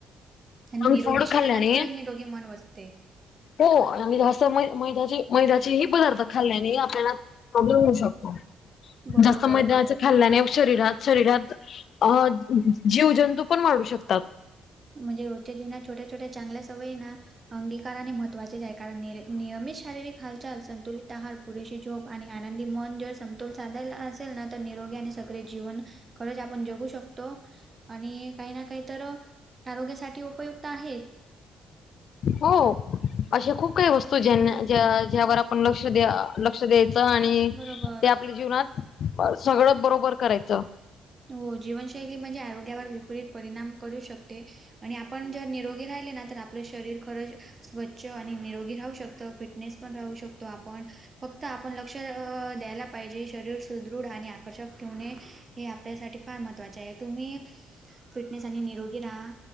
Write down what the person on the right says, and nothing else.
आणि
निरोगी
शरीरात,
खरंच निरोगी मन वसते.
बरोबर
म्हणजे रोजच्या जीवनात छोट्या - छोट्या चांगल्या सवयी ना अंगीकाराने महत्त्वाचे आहे. कारण नियमित शारीरिक हालचाल, संतुलित आहार पुरेशी झोप आणि आनंदी मन, जर समतोल साधायला असेल ना, तर निरोगी आणि सक्रिय जीवन खरंच आपण जगू शकतो आणि काही ना काही तर आरोग्यासाठी उपयुक्त आहे
बरोबर
हो, जीवनशैली म्हणजे आरोग्यावर विपरीत परिणाम करू शकते. आणि आपण जर निरोगी राहिले ना तर आपलं शरीर खरंच स्वच्छ आणि निरोगी राहू शकतं, फिटनेस पण राहू शकतो आपण फक्त आपण लक्ष अ द्यायला पाहिजे, शरीर सुदृढ आणि आकर्षक ठेवणे हे आपल्यासाठी फार महत्त्वाचे आहे, तुम्ही फिटनेस आणि निरोगी राहा,